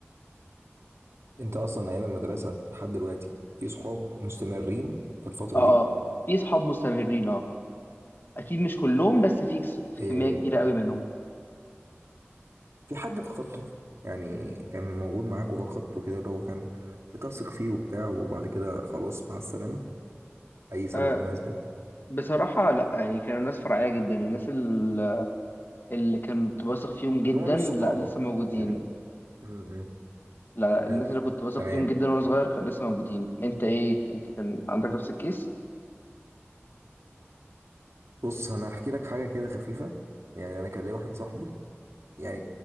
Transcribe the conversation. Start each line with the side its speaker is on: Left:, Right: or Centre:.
Right: انت اصلا ايام المدرسه لحد دلوقتي في صحاب مستمرين في الفتره
Left: اه
Right: دي
Left: في اصحاب مستمرين اه اكيد مش كلهم بس في كس- في
Right: إيه
Left: كميه كبيره قوي منهم
Right: في حد فقدته يعني كان موجود معاك وفقدته كده اللي هو كان بتثق فيه وبتاع وبعد كده خلاص مع السلامه اي سبب
Left: آه
Right: من الاسباب
Left: بصراحه لا يعني كانوا ناس فرعيه جدا الناس ال- اللي كنت واثق فيهم جدا
Right: اللي هو مش
Left: لا
Right: صحابك
Left: لسه موجودين
Right: يعني م- م.
Left: لا
Right: حلو
Left: الناس اللي كنت واثق
Right: تمام
Left: فيهم جدا وانا صغير كانوا لسه موجودين انت ايه انت كان عندك نفس الكيس
Right: بص انا هحكي لك حاجه كده خفيفه يعني انا كان ليا واحد صاحبي يعني